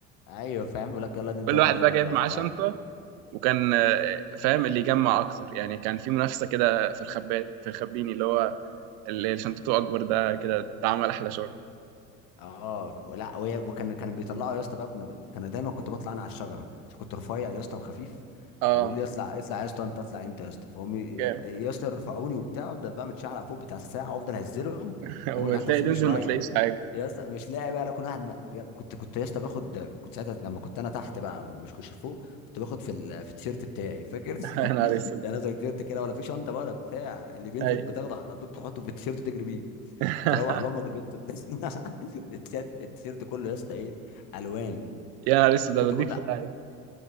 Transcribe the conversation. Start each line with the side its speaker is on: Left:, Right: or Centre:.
Left: ايوه فاهم يقول لك يلا دي انت
Right: كل
Left: من
Right: واحد
Left: هنا
Right: بقى جايب
Left: يلا وبتاع
Right: معاه شنطه وكان آه، فاهم اللي يجمع اكتر يعني كان في منافسه كده في الخبات في الخبيني اللي هو اللي شنطته اكبر ده كده ده عمل احلى شغل
Left: اه لا وهي- وكان كان بيطلعوا يا اسطى بقى كنا ب... كان دايما كنت بطلع انا على الشجره عشان كنت رفيع يا اسطى وخفيف
Right: اه
Left: فبيقولوا لي اطلع اطلع يا اسطى انت اطلع انت يا اسطى فهم ي-
Right: كام
Left: يا اسطى يرفعوني وبتاع افضل بقى متشعلق فوق بتاع الساعه وافضل اهزلهم
Right: <laughs>
Left: اللي
Right: وبتلاقي
Left: هو يا جدعان انت بتسيبوني
Right: تنزل
Left: شويه
Right: ما تلاقيش حاجة
Left: يا اسطى مش لاقي بقى لا كل واحد م- يا- كنت كنت يا اسطى باخد كنت ساعتها لما كنت انا تحت بقى مش كنت فوق كنت باخد في ال... في التيشيرت بتاعي فاكر <laughs>
Right: <laughs> يا نهار اسود
Left: انا زي التيشيرت كده ولا في شنطه بقى ولا بتاع اللي بينزل
Right: أيوة
Left: بتاخده على طول تحطه في التيشيرت وتجري بيه
Right: <laughs>
Left: تروح لامك البيت <laughs> التيشيرت التيشيرت كله يا اسطى ايه الوان
Right: يا نهار اسود
Left: التيشيرت
Right: أنا بديك
Left: كله
Right: في داهية